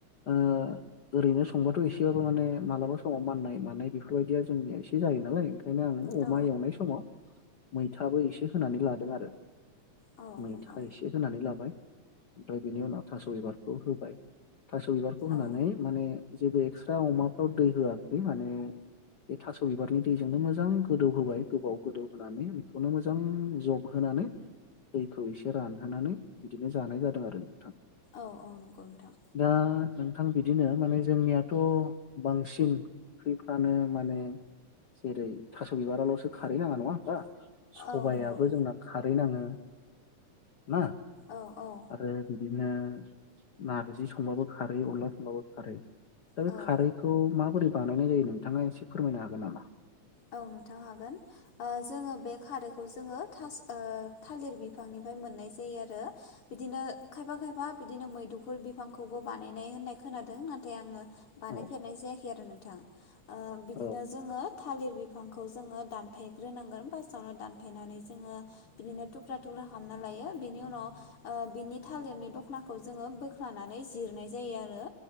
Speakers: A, on the left (about 80°); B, on the left (about 50°).
A: ओं ओरैनो संबाथ' एसेबाबो माने मालाबा समाव माननाय मानाय बेफोरबायदिया जोंनिया एसे जायो नालाय ओंखायनो आङो
B: औ
A: अमा एवनाय समाव मैथाबो एसे होनानै लादों आरो।
B: औ
A: मैथा
B: नंगौ
A: एसे होनानै लाबाय ओमफ्राय बिनि उनाव थास' बिबारखौ होबाय। थास' बिबारखौ होनानै
B: औ
A: माने जेबो एक्सट्रा अमाफ्राव दै होआखै माने बे थास' बिबारनि दैजोंनो मोजां गोदौ होबाय गोबाव गोदौ होनानै बेखौनो मोजां जब होना नानै दैखौ एसे रानहोनानै बिदिनो जानाय जादों आरो नोंथां।
B: औ औ नंगौ। नोंथां
A: दा नोंथां बिदिनो माने जोंनियाथ' बांसिन ओंख्रिफ्रानो माने जेरै थास' बिबारावल'सो खारै नाङा नङा होनबा? सबाइयाबो
B: औ नंगौ
A: जोंना खारै नाङो ना
B: औ औ
A: आरो बिदिनो नारजि संबाबो खारै अनला संबाबो खारै दा
B: औ
A: बे खारैखौ माबोरै बानायनाय जायो नोंथाङा एसे फोरमायनो हागोन नामा?
B: औ नोंथां हागोन ओ जोङो बे खारैखौ जोङो थास ओ थालिर बिफांनि फाय मोननाय जायो आरो बिदिनो खायफा खायफा बिदिनो मैदुफुल बिफांखौबो बानायनाय होननाय खोनादों नाथाय आङो बानायफेरनाय
A: औ
B: जायाखै आरो नोंथां ओ बिदिनो
A: औ
B: जोङो थालिर बिफांखौ जोङो दानफायग्रोनांगोन फास्टावनो दानफायनानै जोङो बिदिनो थुख्रा थुख्रा खालामना लायो बिनि उनाव ओ बिनि थालिरनि दखनाखौ जोङो बोख्लानानै जिरनाय जायो आरो।